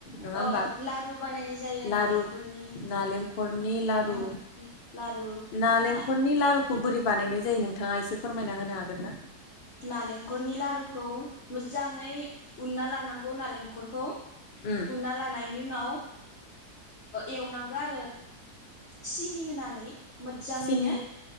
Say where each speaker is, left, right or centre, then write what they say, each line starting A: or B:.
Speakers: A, on the left; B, on the left.
A: नङा होमबा
B: अ लारु बानायनाय जायो
A: लारु
B: नालेंखरनि
A: नालेंखलनि लारु
B: उम लारु
A: नालेंखलनि
B: ना
A: लारुखौ बोरै बानायनाय जायो नोंथांङा एसे फोरमायना होनो हागोन ना।
B: नालेंखलनि लारुखौ मोजांङै। उनना लानांगौ नालेंखरखौ
A: उम
B: उनना लानायनि उनाव। एवनांगौ आरो सिनि होनानै मोजांङैनो
A: सिनि